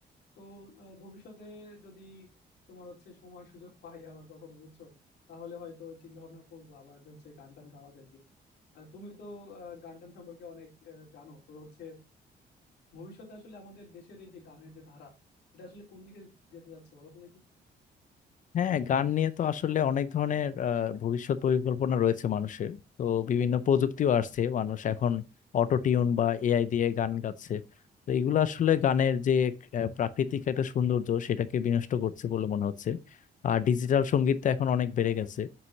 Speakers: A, on the left; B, on the left.
A: তো আহ, ভবিষ্যতে যদি তোমার হচ্ছে সময় সুযোগ পাই আবার কখনো বুঝছো তাহলে হয়তো চিন্তা ভাবনা করবো আবার যে হচ্ছে গান টান গাওয়া যায় কিনা আহ, তুমি তো আহ, গান টান সম্পর্কে অনেক আহ, জানো তো হচ্ছে ভবিষ্যতে আসলে আমাদের দেশের এই যে গানের যে ধারা এটা আসলে কোন দিকে যেতে যাচ্ছে বলো তো দেখি
B: হ্যাঁ গান নিয়ে তো আসলে অনেক ধরনের আহ, ভবিষ্যৎ পরিকল্পনা রয়েছে মানুষের তো বিভিন্ন প্রযুক্তিও আসছে মানুষ এখন অটো টিউন বা এআই দিয়ে গান গাচ্ছে তো এগুলো আসলে গানের যে আহ, প্রাকৃতিক একটা সৌন্দর্য সেটাকে বিনষ্ট করছে বলে মনে হচ্ছে আর ডিজিটাল সঙ্গীত তো এখন অনেক বেড়ে গেছে